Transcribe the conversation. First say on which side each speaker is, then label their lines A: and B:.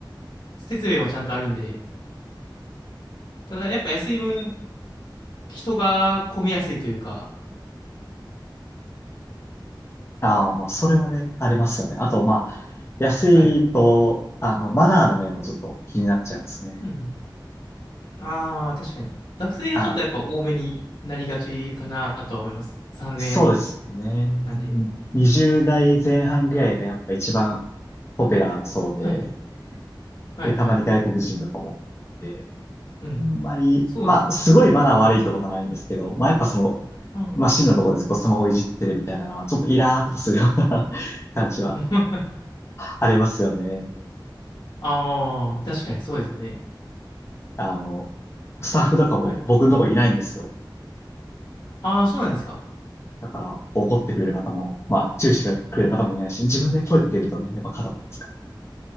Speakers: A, on the left; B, on the left.
A: 設備もちゃんとあるんで。ただ、やっぱ安い分、人が混みやすいというか。
B: ああー、まあ、それはね、ありますよね。あと、まあ、安いと、
A: はい。
B: あの、マナーの面もちょっと気になっちゃいますね。
A: うんうん。ああ、確かに。学生がちょっとやっぱ多めになりがちかなとは思います。
B: あ、
A: 3000円
B: そうですね。
A: なんで。
B: 20代前半ぐらいがやっぱ一番ポピュラーなそうで、
A: はい。はいはい。
B: で、たまに外国人とかも。で、
A: うん。
B: あんまり、
A: そうですね。
B: まあ、すごいマナー悪いってことはないんですけど、まあ、やっぱその、
A: うん。
B: まあ、ンのところでずっとスマホいじってるみたいなのは、ちょっとイラーっとするような <laughs> 感じは
A: <laughs>
B: ありますよね。
A: ああ、確かにそうですよね。
B: あの、スタッフとかも僕のとこいないんですよ。
A: はい。ああ、そうなんですか。
B: だから、怒ってくれる方も、まあ、注意してくれる方もいないし、
A: はい。
B: 自分で声かけるとね、やっぱ角が立つから